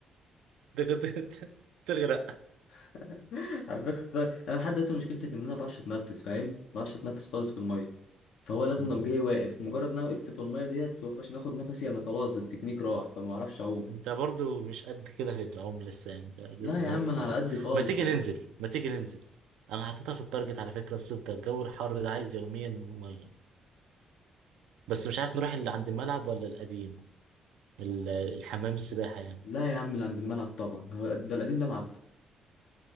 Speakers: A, on the right; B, on the left.
A: ده كنت <laughs> تغرق
B: <laughs> على فكرة انا لحد دلوقتي مشكلتي في ان انا ما بعرفش اتنفس فاهم ما بعرفش اتنفس خالص في المية فهو لازم
A: مم.
B: لو جاي واقف مجرد ان انا وقفت في المية ديت عشان اخد نفسي انا خلاص التكنيك راح فما اعرفش اعوم
A: انت برضو مش قد كده في العمر لسه يعني انت لسه
B: لا
A: قدامك
B: يا عم
A: كتير
B: انا على قدي خالص
A: ما تيجي ننزل ما تيجي ننزل انا حاططها في التارجت على فكرة الصيف ده الجو الحر ده عايز يوميا مية بس مش عارف نروح اللي عند الملعب ولا القديم ال- الحمام السباحة يعني
B: لا يا عم اللي عند الملعب طبعا هو القد- ده القديم ده معفن